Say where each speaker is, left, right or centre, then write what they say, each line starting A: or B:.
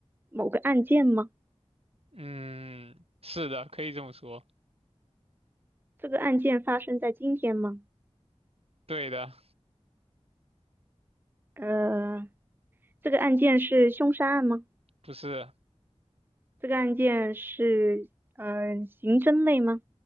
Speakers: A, on the right; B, on the right.
A: 某个案件吗？
B: 嗯，是的，可以这么说，
A: 这个案件发生在今天吗？
B: 对的，
A: 呃，这个案件是凶杀案吗？
B: 不是。
A: 这个案件是呃刑侦类吗？